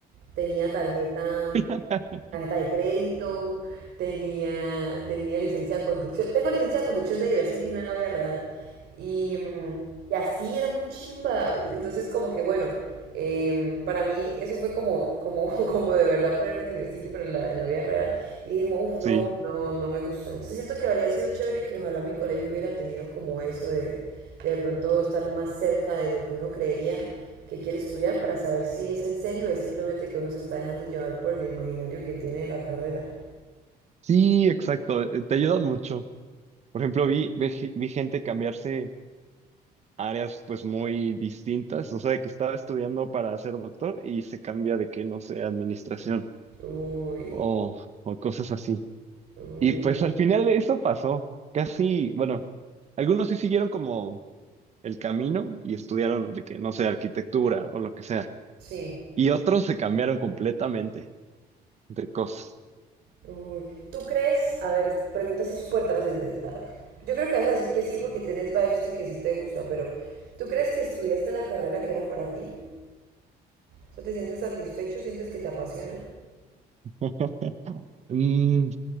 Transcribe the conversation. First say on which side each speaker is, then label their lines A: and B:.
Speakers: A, on the right; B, on the right.
A: tenía tarjeta
B: <laughs>
A: Tarjeta de crédito, tenía, tenía licencia de conducción. Tengo licencia de conducción de Diversity, no en la vida real. Y, mm, y así era muy chimba. Entonces, como que bueno, em, para mí eso fue como, como, <laughs> como de verdad ponerme en Diversity, pero en la, en la vida real. Y dije como, uff, no,
B: Sí.
A: no, no me gusta. Entonces siento que habría sido chévere que ojalá mi colegio hubiera tenido como eso de, de pronto estar más cerca de lo que uno creería que quiere estudiar para saber si es en serio o es simplemente que uno se está dejando llevar por el imaginario que tiene de la carrera.
B: Sí, exacto. eh, Te ayudan mucho. Por ejemplo, vi, ve- vi gente cambiarse a áreas pues muy distintas. O sea, de que estaba estudiando para ser doctor y se cambia de que, no sé, administración
A: Uy,
B: o, o cosas así.
A: uy,
B: Y pues
A: no.
B: al final eso pasó. Casi, bueno, algunos sí siguieron como el camino y estudiaron de que, no sé, arquitectura o lo que sea.
A: sí,
B: Y otros se cambiaron completamente de cosas.
A: uy. ¿Tú crees? A ver, pregunta así súper trascendental. Yo creo que vas a decir que sí porque tienes vibes de que sí te gusta, pero ¿tú crees que estudiaste la carrera que era para ti? O sea, ¿te sientes satisfecho? ¿Sientes que te apasiona?
B: <laughs> Mm,